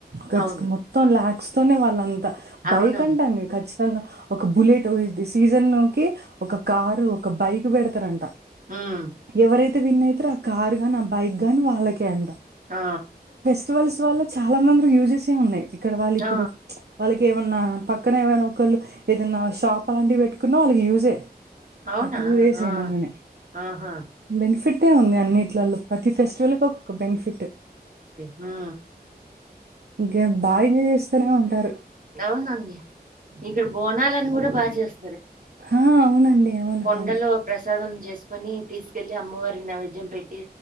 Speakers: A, on the right (about 75°); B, on the right (about 55°).
A: గచ్
B: అవును.
A: కు మొత్తం లాక్స్ తోనే వాళ్ళంతా
B: అవునవును.
A: బైక్ అంటా నీవు ఖచ్ గా ఒక బుల్లెటు ఈ ది సీజన్ లోకి ఒక కారు ఒక బైక్ పెడతారంట
B: హ్మ్.
A: ఎవరైతే విన్న అయితరో ఆ కార్ గాని ఆ బైక్ గాని వాళ్ళకే అంట
B: ఆ
A: చివల్స్ వళ్ళ చాలా మంది యూజెసే ఉన్నాయి ఇక్కడ వాళ్ళు ఇప్పుడు
B: ఆ!
A: ప్చ్ వాళ్ళకి ఏమన్నా పక్కన ఏమైనా ఒకళ్ళు ఏదన్నా షాప్ అలాంటివి పెట్టుకున్నా వాళ్ళకి యూస్ ఏ
B: అవునా?
A: ఆ టూ డేస్
B: ఆ!
A: అయినాగానే
B: ఆహా!
A: బెనిఫిట్ ఏ ఉంది అన్నిట్లలో ప్రతి ఫెస్టివల్ ఒక బెనిఫిటు
B: హా
A: ఇంకా ఏం బాగా ఎంజాయ్ చేస్తనే ఉంటారు
B: అవునండి ఇక్కడ బోనాలని కూడా బాగా చేస్
A: హా అవునండి అవును
B: కొండలో
A: అవును
B: ప్రసాదం చేసుకుని తీసుకెళ్ళి అమ్మవారికి నైవేద్యం పెట్టి